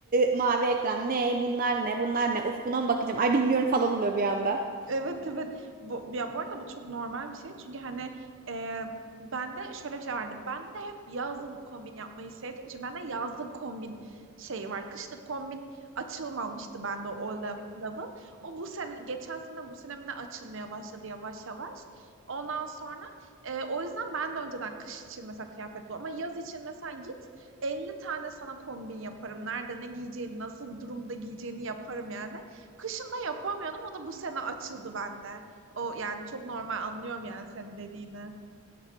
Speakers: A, on the right; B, on the right.
A: ı, mavi ekran ne? Bunlar ne? Bunlar ne? Uf buna mı bakacağım? Ay bilmiyorum falan oluyor bir anda.
B: Evet evet. Bu, ya bu arada bu çok normal bir şey. Çünkü hani e, bende şöyle bir şey vardı. Bende de hep yazın kombin yapmayı sevdiğim için bende yazlık kombin şeyi var. Kışlık kombin açılmamıştı bende o lev- level. O bu sene, geçen sene bu sene mi ne açılmaya başladı yavaş yavaş. Ondan sonra e, o yüzden ben de önceden kış için mesela kıyafet bul. Ama yaz için mesela git 50 tane sana kombin yaparım. Nerede ne giyeceğini, nasıl bir durumda giyeceğini yaparım yani. Kışında yapamıyordum. O da bu sene açıldı bende. O yani çok normal anlıyorum yani senin dediğini.